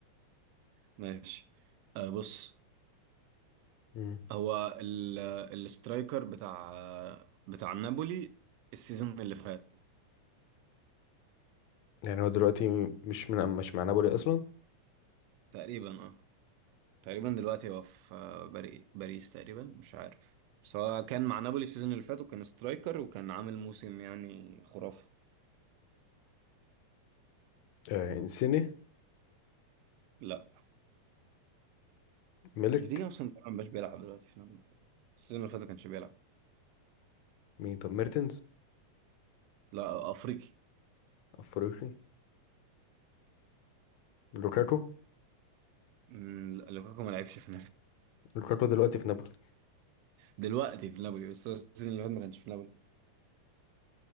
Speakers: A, on the right; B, on the left.
A: ماشي آه بص
B: مم.
A: هو ال... الاسترايكر بتاع بتاع نابولي السيزون اللي فات
B: يعني هو دلوقتي مش من مش مع نابولي اصلا
A: تقريبا اه تقريبا دلوقتي هو في آه، بري... باريس تقريبا مش عارف بس هو كان مع نابولي السيزون اللي فات وكان سترايكر وكان عامل موسم يعني خرافي
B: آه انسيني
A: لا
B: ميلك
A: انزيني اصلا تقريبا مش بيلعب دلوقتي في نابولي السيزون اللي فات ما كانش بيلعب
B: مين طب ميرتنز
A: لا افريقي
B: افريقي لوكاكو
A: أمم، لا، لوكاكو ما لعبش في
B: لوكاكو دلوقتي في نابولي
A: دلوقتي في نابولي بس السيزون اللي فات ما كانش في نابولي